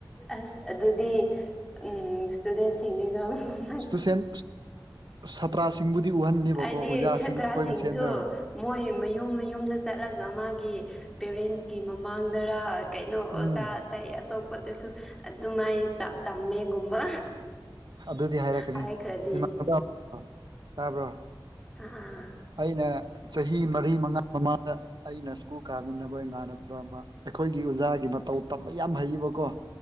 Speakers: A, in the centre; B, on the right.
A: ꯑꯁ ꯑꯗꯨꯗꯤ ꯎꯝ ꯏꯁꯇꯨꯗꯦꯟꯁꯤꯡꯗꯤ <unintelligible>
B: ꯏꯁꯇꯨꯁꯦꯟ ꯁꯥꯇ꯭ꯔꯁꯤꯡꯕꯨꯗꯤ ꯎꯍꯟꯅꯤꯕꯀꯣ
A: ꯍꯥꯏꯗꯤ
B: ꯑꯣꯖꯥꯁꯤꯡ
A: ꯁꯥꯇ꯭ꯔꯁꯤꯡꯁꯨ
B: ꯑꯩꯈꯣꯏ ꯃꯁꯦꯟꯗ
A: ꯃꯣꯏ ꯃꯌꯨꯝ ꯃꯌꯨꯝꯗ ꯆꯠꯂꯒ ꯃꯥꯒꯤ ꯄꯦꯔꯦꯟꯁꯀꯤ ꯃꯃꯥꯡꯗꯔꯥ ꯀꯩꯅꯣ ꯑꯣꯖꯥ
B: ꯎꯝ
A: ꯑꯇꯩ ꯑꯇꯣꯞꯄꯗꯁꯨ ꯑꯗꯨꯃꯥꯏꯅ ꯆꯥꯛ ꯇꯝꯃꯦꯒꯨꯝꯕ
B: ꯑꯗꯨꯗꯤ ꯍꯥꯏꯔꯛꯀꯅꯤ
A: ꯍꯥꯏꯈ꯭ꯔꯗꯤ
B: ꯏꯃꯥꯟꯅꯕ ꯇꯥꯕ꯭ꯔꯣ
A: ꯑ ꯑꯥ
B: ꯑꯩꯅ ꯆꯍꯤ ꯃꯔꯤ ꯃꯉꯥ ꯃꯃꯥꯗ ꯑꯩꯅ ꯁ꯭ꯀꯨꯜ ꯀꯥꯃꯤꯟꯅꯕ ꯏꯃꯥꯟꯅꯕ ꯑꯃ ꯑꯩꯈꯣꯏꯒꯤ ꯑꯣꯖꯥꯒꯤ ꯃꯇꯧ ꯇꯝꯕ ꯌꯥꯝ ꯍꯩꯕꯀꯣ